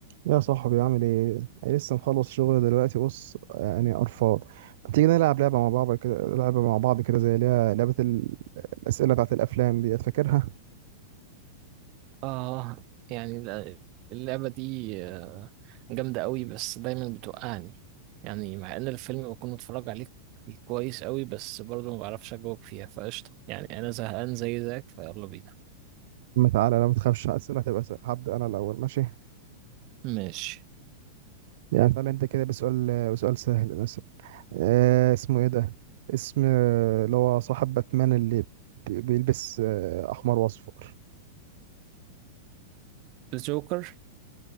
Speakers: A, on the right; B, on the right.
A: يا صاحبي عامل ايه؟ أنا لسه مخلص شغل دلوقتي بص يعني قرفان ما تيجي نلعب لعبة مع بعض كده لعبة مع بعض كده زي اللي هي لعبة ال- الأسئلة بتاعت الأفلام دي فاكرها؟
B: اه يعني الل- اللعبة دي آه، جامدة قوي بس دايما بتوقعني يعني مع ان الفيلم بكون متفرج عليه كويس قوي بس برضه ما بعرفش اجاوب فيها فقشطة يعني انا زهقان زي زيك فيلا بينا
A: <laughs> ما تعالى لا ما تخافش الأسئلة هتبقى سهلة هبدأ أنا الأول ماشي؟
B: ماشي
A: يعني تعالى نبدأ كده بسؤال بسؤال سهل مثلا آه اسمه ايه ده؟ اسم آه، اللي هو صاحب باتمان اللي بي- بيلبس آه، أحمر وأصفر
B: الجوكر